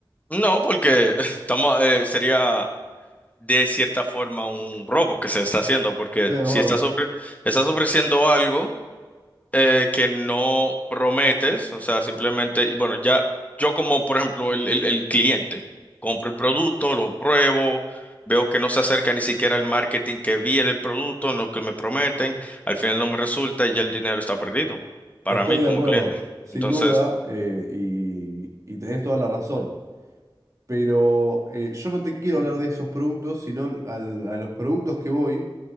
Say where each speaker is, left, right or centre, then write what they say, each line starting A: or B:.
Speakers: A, on the left (about 15°); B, on the right (about 35°).
A: No, porque <laughs> estamos, eh, sería de cierta forma un robo que se está haciendo, porque
B: Estoy de
A: si
B: acuerdo.
A: estás, ofre- estás ofreciendo algo eh, que no prometes, o sea, simplemente, y bueno, ya yo como, por ejemplo, el, el, el cliente, compro el producto, lo pruebo, veo que no se acerca ni siquiera al marketing que vi en el producto, en lo que me prometen, al final no me resulta y ya el dinero está perdido para
B: Estoy
A: mí
B: de
A: como
B: acuerdo,
A: cliente.
B: sin
A: Entonces,
B: duda, eh, y, y tenés toda la razón. Pero eh, yo no te quiero hablar de esos productos, sino al- a los productos que voy,